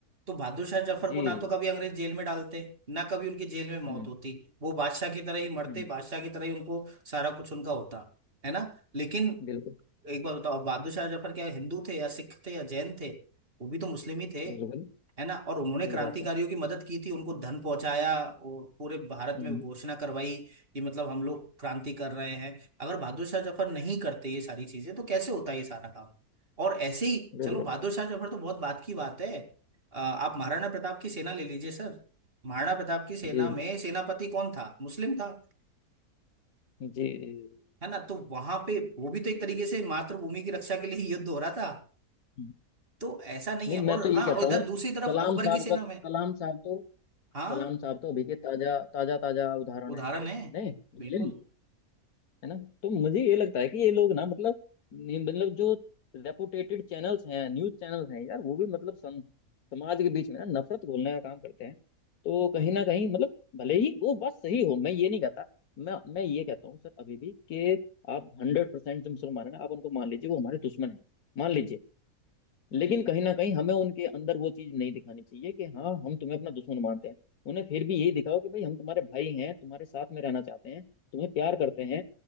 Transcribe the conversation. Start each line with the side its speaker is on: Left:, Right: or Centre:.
Right: तो बहादुर शाह जफर
Left: जी
Right: को ना तो कभी अंग्रेज जेल में डालते ना कभी उनकी जेल में मौत
Left: हम्म
Right: होती वो बादशाह की तरह ही मरते
Left: हम्म
Right: बादशाह की तरह ही उनको सारा कुछ उनका होता है ना लेकिन
Left: बिल्कुल
Right: एक बार बताओ बहादुर शाह जफर क्या हिंदू थे या सिख थे या जैन थे वो भी तो मुस्लिम ही थे
Left: बिल्कुल
Right: है ना और उन्होंने
Left: सही
Right: क्रांतिकारियों
Left: बात है
Right: की मदद की थी उनको धन पहुंचाया और पूरे भारत
Left: हम्म
Right: में घोषणा करवाई कि मतलब हम लोग क्रांति कर रहे हैं अगर बहादुर शाह जफर नहीं करते ये सारी चीजें तो कैसे होता ये सारा काम और ऐसे ही
Left: बिल्कुल
Right: चलो बहादुर शाह जफर तो बहुत बात की बात है अ, आप महाराणा प्रताप की सेना ले लीजिए सर महाराणा प्रताप की सेना
Left: जी
Right: में सेनापति कौन था मुस्लिम था
Left: जी जी,
Right: है ना तो वहां पे वो भी तो एक तरीके से मातृभूमि की रक्षा के लिए ही युद्ध हो रहा था
Left: हम्म।
Right: तो ऐसा नहीं
Left: नहीं
Right: है
Left: मैं
Right: और
Left: तो ये
Right: हाँ
Left: कहता
Right: और इधर
Left: हूँ
Right: दूसरी तरफ
Left: कलाम
Right: अकबर
Left: साहब
Right: की सेना
Left: का तो,
Right: में
Left: कलाम साहब तो
Right: हाँ
Left: कलाम साहब तो अभी के ताजा ताजा ताजा उदाहरण
Right: उदाहरण
Left: है हमारे
Right: है
Left: सामने मुस्लिम
Right: बिल्कुल
Left: है ना तो मुझे ये लगता है कि ये लोग ना मतलब ये मतलब जो रेपुटेटेड चैनल्स हैं न्यूज चैनल्स हैं यार वो भी मतलब सम, समाज के बीच में ना नफरत घोलने का काम करते हैं तो कहीं ना कहीं मतलब भले ही वो बात सही हो मैं ये नहीं कहता मैं मैं ये कहता हूँ सर अभी भी कि आप हंड्रेड परसेंट जो मुसलमान है ना आप उनको मान लीजिए वो हमारे दुश्मन है मान लीजिए लेकिन कहीं ना कहीं हमें उनके अंदर वो चीज नहीं दिखानी चाहिए कि हाँ हम तुम्हें अपना दुश्मन मानते हैं उन्हें फिर भी यही दिखाओ कि भाई हम तुम्हारे भाई हैं तुम्हारे साथ में रहना चाहते हैं तुम्हें प्यार करते हैं